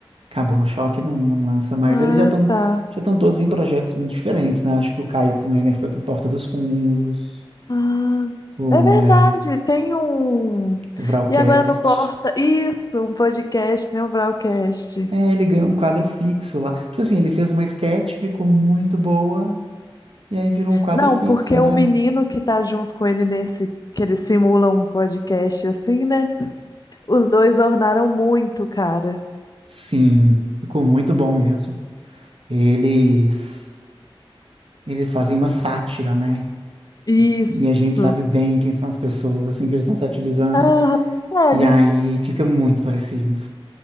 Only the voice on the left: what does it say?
Ah,
tá.
Ah,
é verdade,
tem um.
E agora no Porta. Isso, um podcast, né? O Vralcast.
Não,
porque
o menino que tá junto com ele nesse. Que ele simula um podcast assim, né? Os dois ornaram muito, cara.
Isso.
Ah,
é, eles.